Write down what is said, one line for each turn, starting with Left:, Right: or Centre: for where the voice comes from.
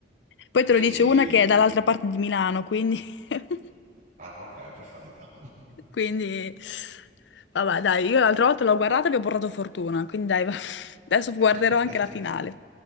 Left: Poi
Right: E quindi...
Left: te lo dice una che è dall'altra parte di Milano, quindi... <laughs>
Right: Ah, ok, perfetto.
Left: Quindi, vabbè, dai, io l'altra volta l'ho guardata e vi ho portato fortuna, quindi dai, va- <laughs> adesso guarderò
Right: <laughs>
Left: anche la finale